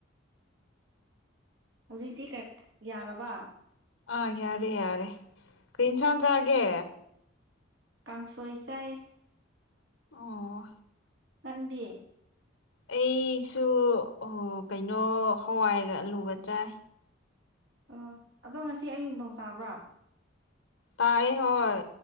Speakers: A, on the right (about 65°); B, on the left (about 80°).
A: ꯍꯧꯖꯤꯛꯇꯤ ꯀꯩ ꯌꯥꯔꯕ
B: ꯑꯥ ꯌꯥꯔꯦ ꯌꯥꯔꯦ ꯀ꯭ꯔꯤꯏꯟꯁꯥꯡ ꯆꯥꯒꯦ
A: ꯀꯥꯡꯁꯣꯏ ꯆꯥꯏꯌꯦ
B: ꯑꯣ
A: ꯅꯪꯗꯤ
B: ꯑꯩꯁꯨ ꯍꯣ ꯀꯩꯅꯣ ꯍꯋꯥꯏꯒ ꯑꯜꯂꯨꯒ ꯆꯥꯏ
A: ꯑꯣ ꯑꯗꯣ ꯉꯁꯤ ꯑꯌꯨꯛ ꯅꯣꯡ ꯇꯥꯕ꯭ꯔꯥ
B: ꯇꯥꯏꯌꯦ ꯍꯣꯏ